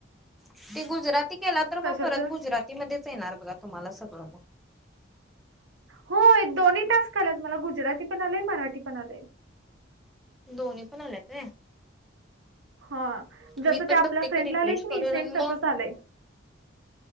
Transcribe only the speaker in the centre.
ते गुजराती केला तर
मग परत गुजराती मध्येच येणार बघा तुम्हाला सगळं मग
दोन्ही पण आल्याते
मी पण
बघते की
रिफ्रेश
करून
आणि
मग